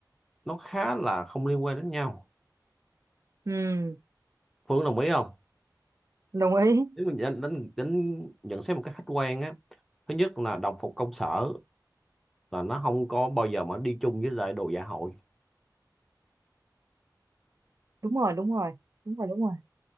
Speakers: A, in the centre; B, on the right (about 45°).
A: nó khá là không liên quan đến nhau
B: ừm,
A: Phương đồng ý không
B: đồng ý
A: nếu mình đánh, đánh, đánh nhận xét một cách khách quan á thứ nhất là đồng phục công sở là nó không có bao giờ mà đi chung với lại đồ dạ hội
B: đúng rồi đúng rồi đúng rồi đúng rồi